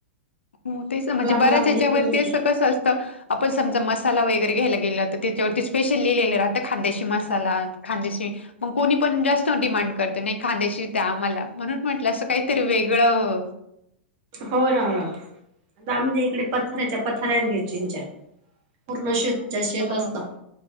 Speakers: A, on the left; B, on the right.
A: हो तेच ना
B: खूप
A: म्हणजे
B: लांब
A: बऱ्याच
B: लांब
A: याच्यावरती
B: घेतली मिरची
A: असं कसं अस त आपण समजा मसाला वगैरे घ्यायला गेलं तर त्याच्यावरती स्पेशल लिहिलेलं राहतं खांन्देशी मसाला खांन्देशी मग कोणी पण जास्त डिमांड करतो नाही खांन्देशी त्या आम्हाला म्हणून म्हंटलं असं काहीतरी वेगळं.
B: हो राहु राहु आता आमच्या इकडे पथाराच्या पथाऱ्या येत मिरचींच्या. पूर्ण स्वच्छ शेत
A: हो.
B: असत,